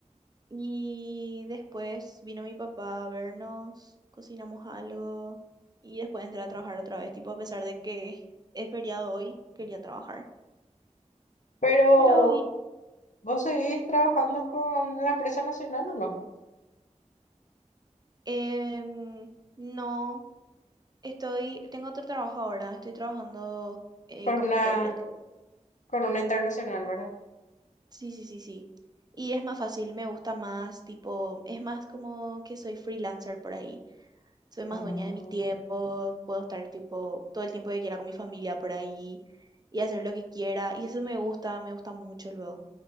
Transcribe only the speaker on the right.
y después vino mi papá a vernos, cocinamos algo y después entré a trabajar otra vez, tipo a pesar de que es feriado hoy, quería trabajar.
Pero bien,
em, no. Estoy, tengo otro trabajo ahora, estoy trabajando eh,
como
intérprete.
Sí, sí, sí, sí. Y es más fácil, me gusta más, tipo, es más como que soy freelancer por ahí. Soy más
dueña de mi tiempo, puedo estar tipo todo el tiempo que quiera con mi familia por ahí y hacer lo que quiera. Y eso me gusta, me gusta mucho luego.